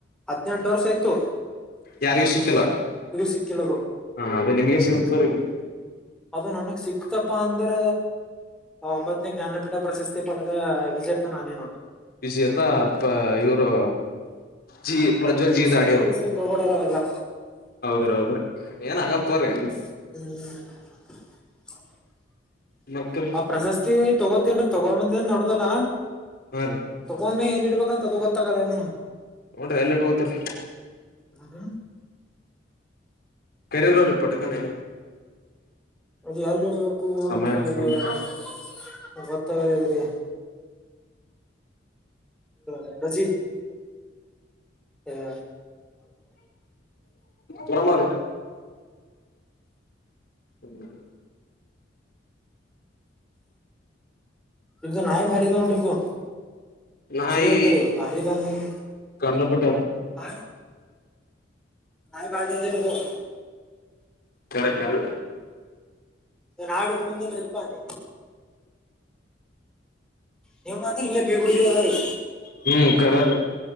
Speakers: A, in the centre; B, on the left (about 55°).
A: ಹದ್ಿನೆಂಟು ವರ್ಷ ಆಯತು
B: ಯಾರಿಗೂ ಸಿಕ್ಕಲ್ಲ
A: ಸಿಕ್ಕಿಲ್ಲದು
B: ಹ ಅದ ನಿಮಗೆ ಸಿಗತ್ರಗ
A: ಅದು ನನ್ಗ್ ಸಿಕ್ತಪ ಅಂದ್ರ ಒಂಬತ್ತನೇ ಜ್ಞಾನಪೀಠ ಪ್ರಶಸ್ತಿ ಪಡೆದ ವಿಜೇತ ನಾನೇ ನೋಡು
B: ವಿಜೇತ ಪ ಇವ್ರು ಜಿ ಪ್ರಜ್ವಲ್ ಜಿ
A: ಹೆಸರು
B: ದಾಡಿ ಅವರು.
A: ಹೆಸರು ತೊಗೊಬೇಡವ್ರ ಅವೆಲ್ಲ
B: ಹೌದ್ರ ಹೌದ್ರ ಏನ್ ಆಗಲ್ ತೊಗೊರಿ.
A: ಹ್ಮ್.
B: ಮತ್
A: ಆ ಪ್ರಶಸ್ತಿ ತಗೋತನ್ರಿ ತಿಗೊಡೈನ್ ದೊಡ್ಡಲ್ಲ
B: ಹಾ ರೀ
A: ತಗೊಂದ್ಮ ಎಲ್ಲಿ. ಇಬೇಕ ಅಂತ ಅದು ಗೊತ್ತಾಗಲ್ಲನು.
B: ಒದ್ರ ಎಲ್ಲಿ ಇಟ್ಕೋತೀರಿ.
A: ಹ್ಮ.
B: ಕರೀರಿ ಅವ್ರೀಗ ಪಟಕನ.
A: ಅದು ಎಲ್ಲಿ ಇಳ್ಬೇಕು
B: ಸಮಯ
A: ಅಂತ
B: ಸಮಯ
A: ಗ. ಆಗಿದರಿ ಅಪ್ಪಾಜಿ. ಹಾ.
B: ಬರಾಮ್ರೀ. ಹ್ಮ್.
A: ಇ ನಾಯ ಭಾರಿ ಬಗ ನೋಡ್ರಿ ನಾವ.
B: ನಾಯಿ
A: ಸರಿ ಎಕಡು ಭಾರ ಗಾಂಧನಿ
B: ಕಂಡಪಟ್ಟ
A: ಹ. ನಾಯಿ ಭಾಳ ಡೇಂಜರ್ ಅದಾವ.
B: ಕರೆ ಕರೆ.
A: ಸ ಹಾಡುಗ ಮುಂದೆಲ್ಪ್ಪ ನಿ. ನಿವ್ ಬಂದಿರಿ ಇಲ್ಲೆ ಬೀರ್ ಗುಡಿಗ ಹೋಗ್ರಿ.
B: ಹ್ಮ್ ಕರರ್